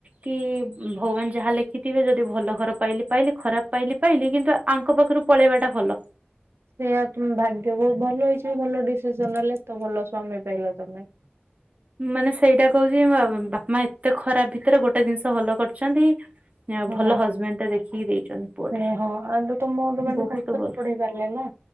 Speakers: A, on the right; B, on the right.
A: କି ଭଗବାନ ଯାହା ଲେଖିଥିବେ ଯଦି ଭଲ ଘର ପାଇଲି ପାଇଲି ଖରାପ ପାଇଲି ପାଇଲି କିନ୍ତୁ ଆଙ୍କ ପାଖରୁ ପଳେଇବାଟା ଭଲ।
B: ସେଇଆ ତମ ଭାଗ୍ୟ ବହୁତ ଭଲ ଅଛି ଭଲ ଡିସିସନ ନେଲ ତ ଭଲ ସ୍ୱାମୀ ପାଇଲ ତମେ?
A: ମାନେ ସେଇଟା କହୁଛି ବାପା ଏତେ ଖରାପ ଭିତରେ ଗୋଟେ ଜିନିଷ ଭଲ କରିଛନ୍ତି।
B: ହଁ
A: ଭଲ ହଜବେଣ୍ଡ ଟା ଦେଖିକି ଦେଇଛନ୍ତି ପୁଅଟା
B: ସେଇଆ ହଁ ଆଉ ତମର ମାନେ
A: ବହୁତ
B: ପାଠ
A: ଭଲ।
B: ତ ପଢେଇ ପାରିଲେ ନା।